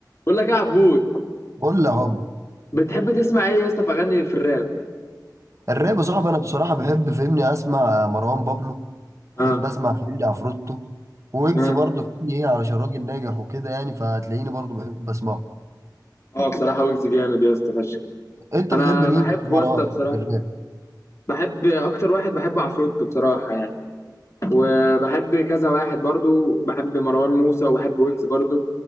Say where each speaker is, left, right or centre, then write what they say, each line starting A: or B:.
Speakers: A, on the left; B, on the right.
A: بقول لك ايه يا عبود
B: قول لي هوب
A: بتحب تسمع ايه يا اسطى في اغاني في الراب
B: الراب يا صاحبي انا بصراحه بحب فهمني اسمع مروان بابلو
A: اه
B: بحب اسمع فهمني عفروتو ويجز
A: اه
B: برضه فهمني ايه علشان راجل ناجح وكده يعني فهتلاقيني برضه بحب اسمعه
A: اه بصراحه ويجز جامد يا اسطى فشخ
B: انت
A: انا
B: بتحب مين
A: بحبه
B: في مروان
A: يا اسطى بصراحه
B: في الراب
A: بحب اكتر واحد بحب عفروتو بصراحه يعني وبحب كذا واحد برضو بحب مروان موسى وبحب ويجز برضو